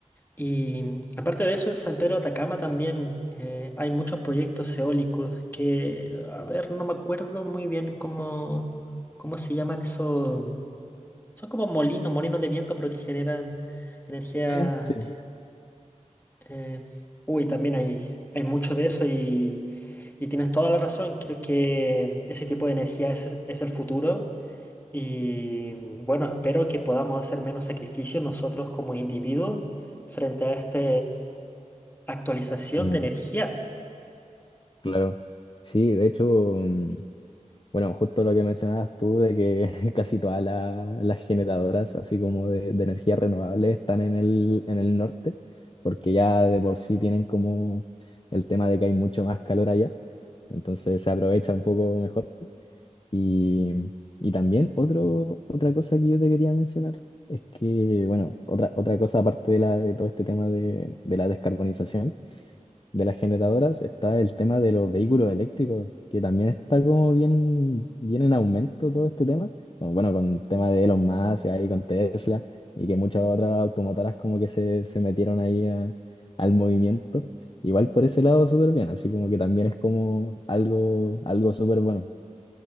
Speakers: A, on the left; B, on the left.
A: Y aparte de eso, en San Pedro de Atacama también eh, hay muchos proyectos eólicos que, a ver, no me acuerdo muy bien cómo, cómo se llaman esos. Son como molinos, molinos de viento, pero que generan energía
B: Sí. Sí.
A: eh, uy, también hay, hay mucho de eso y, y tienes toda la razón. Creo que ese tipo de energía es, es el futuro y bueno, espero que podamos hacer menos sacrificios nosotros como individuos frente a esta actualización
B: Mm,
A: de energía.
B: claro. Sí, de hecho, mm, Bueno, justo lo que mencionabas tú de que <laughs> casi todas la- las generadoras, así como de, de energía renovable, están en el, en el norte, porque ya de por sí tienen como el tema de que hay mucho más calor allá, entonces se aprovecha un poco mejor. Y, y también otro, otra cosa que yo te quería mencionar es que, bueno, otra, otra cosa aparte de, la, de todo este tema de, de la descarbonización de las generadoras está el tema de los vehículos eléctricos, que también está como bien, bien en aumento todo este tema. Bueno, bueno, con el tema de Elon Musk y ahí con Tesla y que muchas otras automotoras como que se, se metieron ahí a- al movimiento. Igual por ese lado súper bien, así como que también es como algo, algo súper bueno.